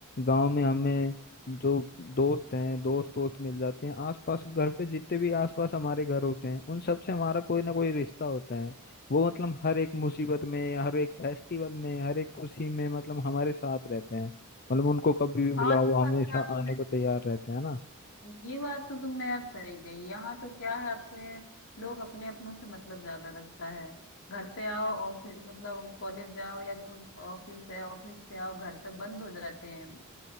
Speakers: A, on the left (about 45°); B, on the left (about 65°).
A: गांव में हमें जो दोस्त हैं दोस्त दोस्त मिल जाते हैं आसपास घर पे जितने भी आसपास हमारे घर होते हैं उन सब से हमारा कोई ना कोई रिश्ता होता है वो मतलब हर एक मुसीबत में हर एक फेस्टिवल में हर एक खुशी में मतलब हमारे साथ रहते हैं मतलब उनको कभी भी बुलाओ
B: हाँ ये
A: वो
B: बात
A: हमेशा
B: तो यार तुमने
A: आने को तैयार रहते हैं ना
B: ये बात तो तुमने यार सही कही यहाँ तो क्या है अपने लोग अपने अपनों से मतलब ज्यादा रखता है घर पे आओ ऑफिस मतलब कॉलेज जाओ या जो हम ऑफिस है ऑफिस से आओ घर पे बंद हो जाते हैं